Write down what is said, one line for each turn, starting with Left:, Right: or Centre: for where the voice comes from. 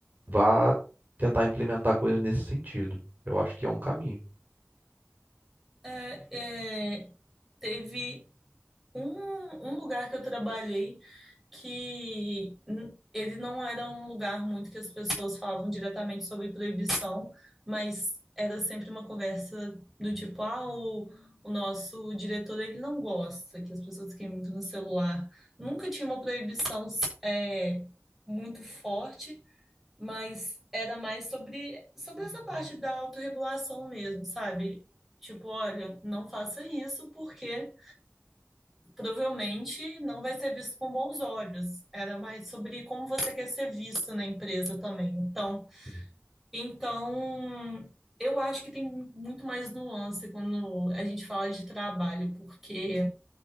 Right: vá tentar implementar coisas nesse sentido. Eu acho que é um caminho.
Centre: É, é, teve Um, um lugar que eu trabalhei que hum, ele não era um lugar muito que as pessoas falavam diretamente sobre proibição, mas era sempre uma conversa do tipo, ah, o, o nosso diretor ele não gosta que as pessoas fiquem muito no celular. Nunca tinha uma proibição é, muito forte, mas era mais sobre, sobre essa parte da autorregulação mesmo, sabe? Tipo, olha, não faça isso porque provavelmente não vai ser visto com bons olhos. Era mais sobre como você quer ser visto na empresa também. Então,
Right: Sim.
Centre: então eu acho que tem muito mais nuance quando a gente fala de trabalho, porque,